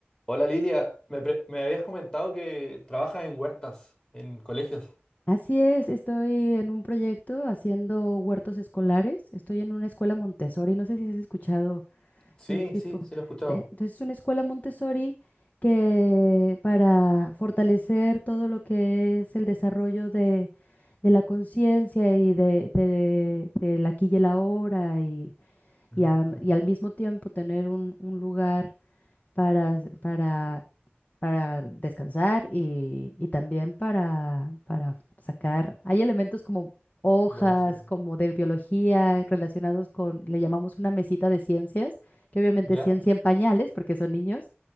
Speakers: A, on the left; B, on the left.
A: Hola Lilia, me, pre- me habías comentado que trabajas en huertas, en colegios.
B: Así es, estoy en un proyecto haciendo huertos escolares. Estoy en una escuela Montessori, no sé si has escuchado,
A: Sí,
B: es un tipo.
A: sí, sí lo he escuchado.
B: eh, Entonces, es una escuela Montessori que para fortalecer todo lo que es el desarrollo de, de la conciencia y de, de, del aquí y el ahora y,
A: Mm,
B: y, am- y al mismo tiempo tener un, un lugar para, para para descansar y, y también para, para sacar. Hay elementos como hojas,
A: buenísimo.
B: como de biología, relacionados con, le llamamos una mesita de ciencias, que obviamente
A: ¿Ya?
B: es ciencia en pañales, porque son niños.